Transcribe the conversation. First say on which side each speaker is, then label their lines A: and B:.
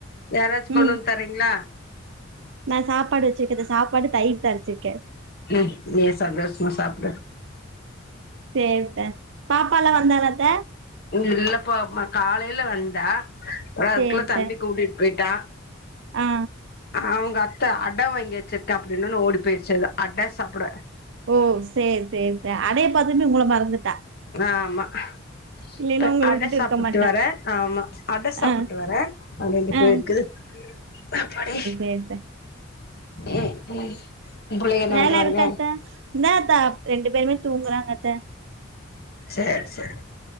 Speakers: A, on the left (about 50°); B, on the right (about 65°).
A: யாராச்சு கொண்டு
B: ம்
A: வந்து தரீங்களா
B: நா சாப்பாடு வச்சிருக்கே ந்த சாப்பாடு தயிர் தாளிச்சிருக்கே
A: ம் நீயே சந்தோஷமா சாப்டு
B: சேரித்த பாப்பால்லா வந்தாளத்த
A: இல்லப்ப மா காலைல வந்தா அதுக்குள்ளே
B: சேரித்த
A: தம்பி கூட்டிட்டு போயிட்டா
B: ஆ
A: அவங்க அத்த அட வாங்கி வச்சிருக்கே அப்டின்னோன ஓடி போயிடுச்சு அது அட சாப்ட
B: ஓ சேரி சேரித்த அடய பாத்தோனே உங்கள மறந்துட்டா
A: ஆமா
B: இல்லைன்னா
A: இப்ப
B: உங்கள
A: அட
B: விட்டுட்டு
A: சாப்புட்டு
B: இருக்க மாட்டா
A: வரே ஆமா அட சாப்புட்டு
B: ஆ
A: வரே பன்னெண்டு
B: ஆ
A: போயிருக்கு அப்பாடி
B: சேர்த்த
A: ம் ம் உ புள்ளைக என்ன
B: வேல
A: பண்றாங்க
B: இருக்கா அத்த இந்தாத்த ரெண்டு பேருமே தூங்குறாங்க அத்த
A: சேர் சேர்